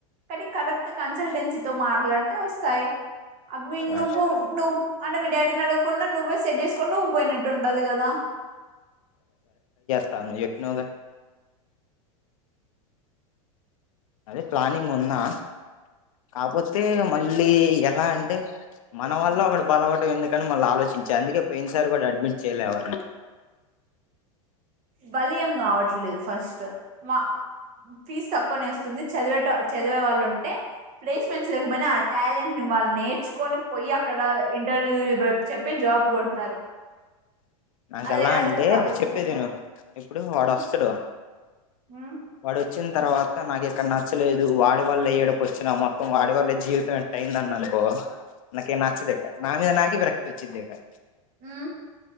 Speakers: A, on the right; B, on the left.
A: కనీ కరెక్ట్ కన్సల్టెన్సి తో మాట్లాడు వస్తాయి అది
B: సరే
A: నువ్వు నువ్వు అంటే మీ డాడీని అడగకుండా నువ్వే సెట్ చేసుకుని నువ్వు పోయినట్టు ఉంటది కదా
B: నవ్వు చెప్పినవి గా అదే ప్లానింగ్ ఉన్నా కాపోతే మళ్ళీ ఎలా అంటే మన వల్ల అక్కడ బలవటం ఎందుకని మళ్ళీ ఆలోచించా అందుకే పోయినసారి కూడా అడ్మిట్ చేయలే ఎవరిని
A: బలియం కావట్లేదు ఫస్ట్ ఫస్ట్ మా ఫీజ్ తా 'కొనేస్తుంది చదివేట' చదివే వాళ్ళు ఉంటే, ప్లేస్మెంట్స్ లేకపోయినా ఆ టాలెంట్ వాళ్ళు నేర్చుకొని పోయి అక్కడ ఇంటర్వ్యూ చెప్పి జాబ్ కొడతారు,
B: నాకు
A: అదే
B: ఎలా
A: అది
B: అంటే
A: ఎందుకు ఆలోచించట్లే
B: చెప్పేది విను ఇప్పుడు వాడొస్తడు
A: మ్మ్ మ్మ్
B: వాడొచ్చిన తర్వాత నాకు ఇక్కడ నచ్చలేదు, వాడి వల్లే ఈడకి వచ్చిన మొత్తం వాడి వల్లే జీవితం ఇటా అయిందని అనుకో నాకేం నచ్చదు ఇక నామీద నాకే విరక్త్ పిచ్చిద్దేకా
A: హ్మ్